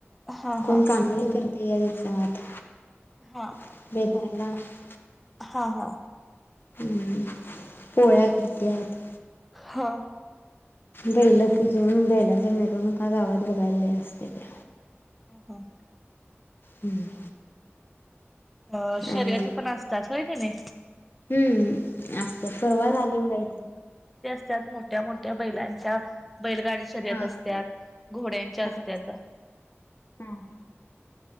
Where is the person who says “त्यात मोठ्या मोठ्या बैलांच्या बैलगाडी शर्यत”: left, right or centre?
Centre